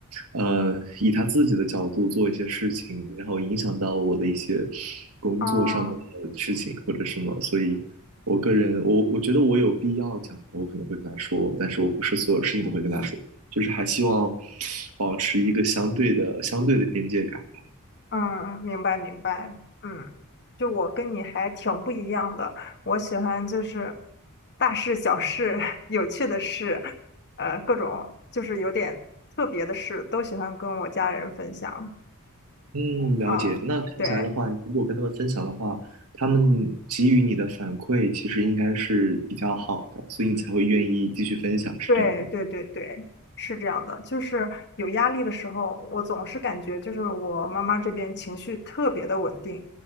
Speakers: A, on the right; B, on the left.
A: 呃，以他自己的角度做一些事情，然后影响到我的一些工作上的事情或者什么，
B: 啊。哦
A: 所以我个人，我我觉得我有必要讲，我可能会跟他说，但是我不是所有事情都会跟他说，就是还希望保持一个相对的相对的边界感。
B: 嗯，明白明白，嗯，就我跟你还挺不一样的，我喜欢就是大事小事、<laughs> 有趣的事，呃，各种就是有点特别的事，都喜欢跟我家人分享。
A: 嗯，了解。
B: 啊、
A: 那看起来的话，
B: 对
A: 如果跟他们分享的话，他们给予你的反馈其实应该是比较好的，所以你才会愿意继续分享，是这样吗？
B: 对对对对，是这样的，就是有压力的时候，我总是感觉就是我妈妈这边情绪特别的稳定，